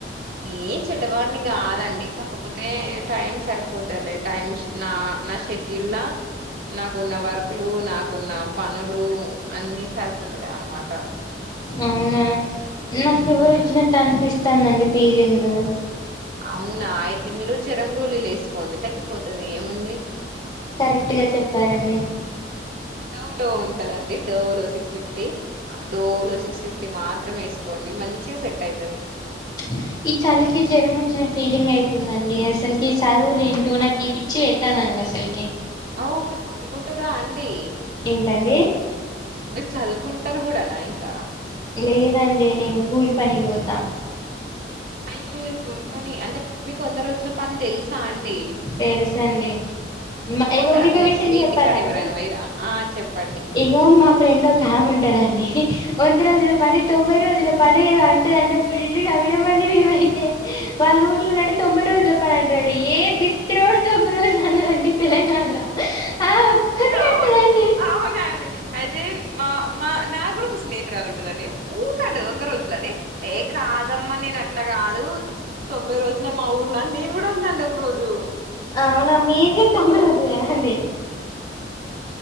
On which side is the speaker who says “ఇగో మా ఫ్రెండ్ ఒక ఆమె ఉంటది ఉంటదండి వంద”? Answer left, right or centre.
Left